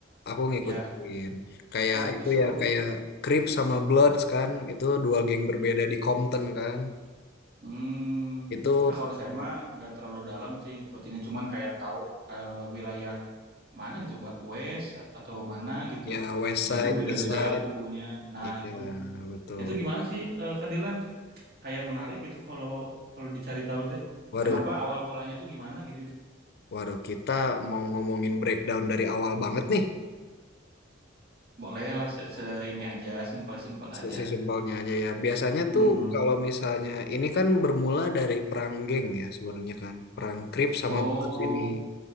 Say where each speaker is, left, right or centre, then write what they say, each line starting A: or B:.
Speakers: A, on the left; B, on the right.
A: Aku ngikutin.
B: Ya,
A: Kayak
B: wah itu
A: itu
B: seru
A: ya, kayak
B: tuh.
A: Crips sama Bloods kan. Itu dua geng berbeda di Compton kan.
B: Hmm.
A: Itu
B: Nah, kalau saya mah nggak terlalu dalam sih ngikutinnya, cuman kayak tahu eh, wilayah mana gitu West atau mana gitu
A: ya West
B: itu
A: Side,
B: tuh beda-beda
A: East Side.
B: kubunya nah
A: Iya,
B: itu
A: betul.
B: itu gimana sih eh, Kak Dilan kayak menarik gitu kalau kalau dicari tahu teh
A: Waduh,
B: kenapa awal mulanya tuh gimana gitu itu
A: waduh. Kita mau ngomongin breakdown dari awal banget nih.
B: boleh lah se, se- ini aja simpel-simpel aja
A: Sesi simpelnya aja ya. Biasanya tuh
B: Mm-mm.
A: kalau misalnya ini kan bermula dari perang geng ya sebenarnya kan. Perang Crips sama
B: oh
A: Bloods ini.